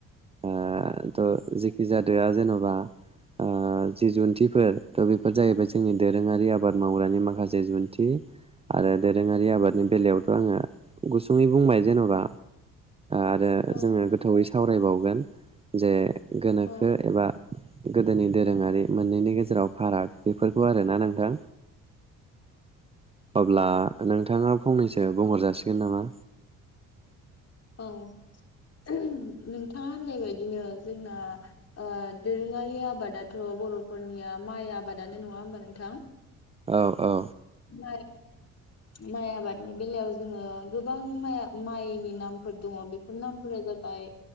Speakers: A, on the right (about 15°); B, on the left (about 40°).
A: ओ द जेखि जादोआ जेनबा। ओ। जि जुन्थिफोर थ बेफोर जाहैबाय जोंनि दोरोंङारि आबाद मावग्रानि माखासे जुन्थि आरो। दोरोंङारि आबादनि
B: उम
A: बेलायावथ आंङो। गुसुंङै बुंबाय जेनबा आरो
B: औ
A: जोंङो गोथौयै सावरायबावगोन। जे गोनोखो
B: औ
A: एबा गोदोनि दोरोंङारि। मोननैनि गेजेराव फाराग बेफोरखौ आर ना नोंथां। अब्ला नोंथां। नोंथांङा फंनैसो बुंहर जासिगोन नामा?
B: औ नोंथांङा होननाय बायदिनो जोंना ओ दोरोंङारि आबादाथ बरफोरनिया माइ आबादानो नंङा होमबा नोंथां
A: औ औ
B: माइ माइ आबादनि बेलायाव जोंङो गोबां माइ माइनि नामफोर दंङ बेफोर नामफोरा जाबाय